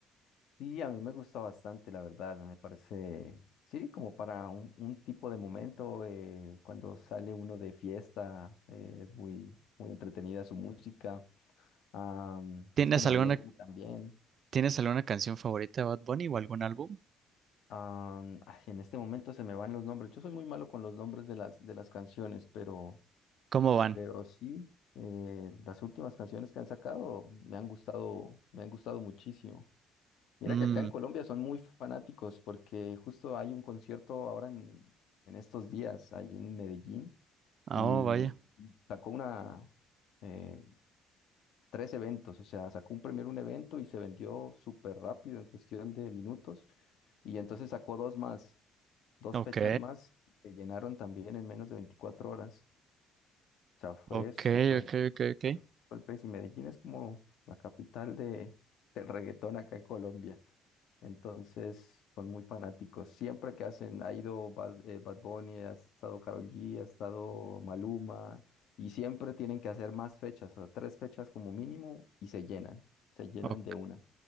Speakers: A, on the left; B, on the right.
A: Sí, a mí me gusta bastante, la verdad, me parece, sí, como para un, un tipo de momento, eh, cuando sale uno de fiesta, eh, es muy, muy entretenida su música, am,
B: ¿Tienes
A: es como
B: alguna,
A: alegre también.
B: tienes alguna canción favorita de Bad Bunny o algún álbum?
A: am, ay, en este momento se me van los nombres, yo soy muy malo con los nombres de las, de las canciones, pero,
B: ¿Cómo van?
A: pero sí, eh, las últimas canciones que han sacado me han gustado, me han gustado muchísimo. Mira
B: Mm,
A: que acá en Colombia son muy fanáticos porque justo hay un concierto ahora en, en estos días, ahí en Medellín,
B: oh,
A: y
B: vaya.
A: sacó una, eh, tres eventos, o sea, sacó un primero un evento y se vendió súper rápido en cuestión de minutos, y entonces sacó dos más, dos
B: Ok,
A: fechas más, se llenaron también en menos de veinticuatro horas, o sea, fue
B: ok,
A: súper,
B: ok,
A: súper,
B: ok, ok.
A: súper, súper crazy. Medellín es como la capital de, del reggaetón acá en Colombia. Entonces son muy fanáticos. Siempre que hacen, ha ido Bad, eh, Bad Bunny, ha estado Karol G, ha estado Maluma, y siempre tienen que hacer más fechas, a tres fechas como mínimo, y se llenan, se llenan
B: Ok,
A: de una.